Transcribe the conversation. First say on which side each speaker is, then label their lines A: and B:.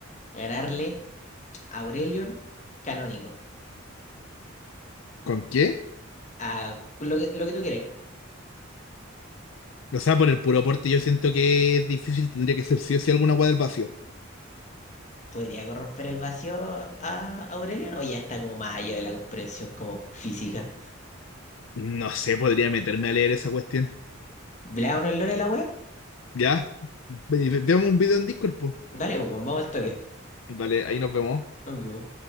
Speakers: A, on the left (about 35°); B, on the left (about 70°).
A: Ganarle a Aurelion canónico.
B: ¿Con qué?
A: A lo que, lo que tú queráis.
B: O sea, por el puro aporte yo siento que es difícil, tendría que ser sí o sí alguna agua del vacío.
A: ¿Podría corromper el vacío a Aurelion? O ya está como más allá de la comprensión como física.
B: No sé, podría meterme a leer esa cuestión.
A: ¿Le da uno el lore a la wea?
B: Ya. Ve- ve- Veamos un video en Discord, po.
A: Dale, pues, weón, vamos al toque.
B: Vale, ahí nos vemos.
A: Nos vimos.